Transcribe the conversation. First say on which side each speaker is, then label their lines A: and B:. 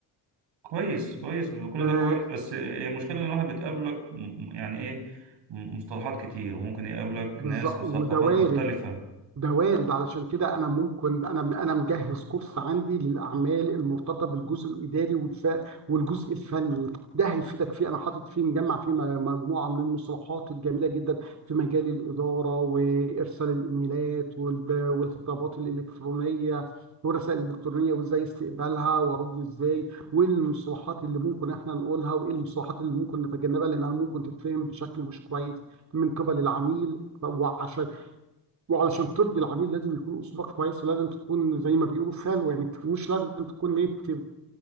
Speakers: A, on the right; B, on the right.
A: كويس كويس كل
B: آه
A: ده كويس بس هي المشكله ان الواحد بتقابلك م- يعني ايه م- مصطلحات كتير وممكن يقابلك
B: بالظبط
A: ناس بثقافات
B: وده وارد
A: مختلفه
B: ده وارد علشان كده انا ممكن انا انا مجهز كورس عندي للاعمال المرتبطه بالجزء الاداري والف... والجزء الفني ده هيفيدك فيه انا حاطط فيه مجمع فيه م- مجموعه من المصطلحات الجميله جدا في مجال الاداره وارسال الايميلات والب... والخطابات الالكترونيه والرسائل الالكترونيه وازاي استقبالها وارد ازاي والمصطلحات اللي ممكن احنا نقولها وايه المصطلحات اللي ممكن نتجنبها لانها ممكن تتفهم بشكل مش كويس من قبل العميل وعشان وعلشان ترضي العميل لازم يكون اسلوبك كويس ولازم تكون زي ما بيقولوا فالو يعني مش لازم تكون نيتيف